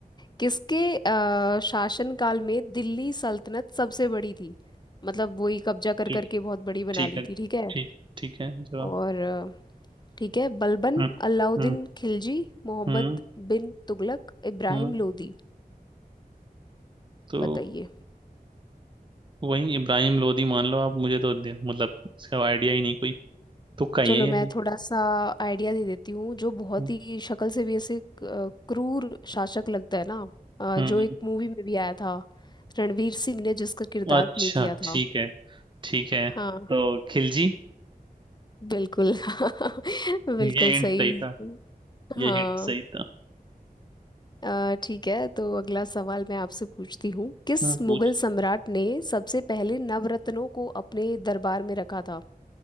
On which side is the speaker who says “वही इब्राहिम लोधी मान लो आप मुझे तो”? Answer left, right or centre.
Right